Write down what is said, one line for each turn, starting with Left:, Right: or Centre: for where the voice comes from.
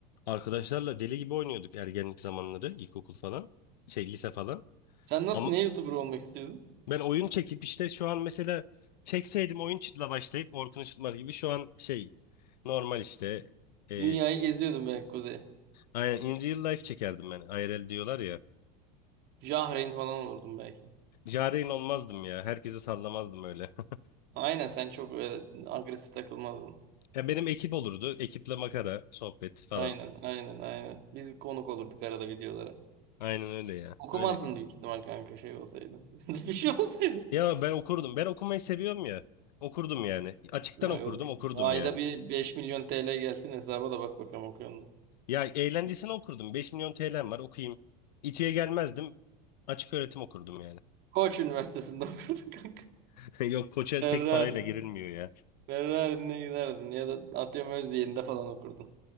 Left: arkadaşlarla deli gibi oynuyorduk ergenlik zamanları ilkokul falan. Şey lise falan.
Right: Sen nasıl
Left: Ama
Right: ne YouTuber olmak istiyordun?
Left: ben oyun çekip işte şu an mesela çekseydim oyun çıtla başlayıp Orkun Işıtmak gibi şu an şey normal işte e,
Right: Dünyayı geziyordun belki Kuzey.
Left: Aynen in real life çekerdim ben. IRL diyorlar ya.
Right: Jahreyn falan olurdun belki.
Left: Jareyn olmazdım ya. Herkesi sallamazdım öyle. <laughs>
Right: Aynen sen çok öyle agresif takılmazdın.
Left: Ya benim ekip olurdu. Ekiple makara, sohbet falan.
Right: Aynen aynen aynen. Biz konuk olurduk arada videolara.
Left: Aynen öyle ya.
Right: Okumazdın
Left: Öyle.
Right: büyük ihtimal kanka şey olsaydı. <laughs> Bir şey olsaydı.
Left: Ya ben okurdum. Ben okumayı seviyorum ya. Okurdum yani. Açıktan
Right: Ha,
Left: okurdum,
Right: yok.
Left: okurdum
Right: Ayda
Left: yani.
Right: bir beş milyon TL gelsin hesaba da bak bakalım okuyor musun?
Left: Ya eğlencesine okurdum. 5 milyon TL'm var okuyayım. İTÜ'ye gelmezdim. Açık öğretim okurdum yani.
Right: Koç Üniversitesi'nde <laughs> okurdun kanka.
Left: <laughs> Yok koça
Right: Ferrari.
Left: tek parayla girilmiyor ya.
Right: Ferrari'ne giderdin ya da atıyorum Özyeğin'de falan okurdun.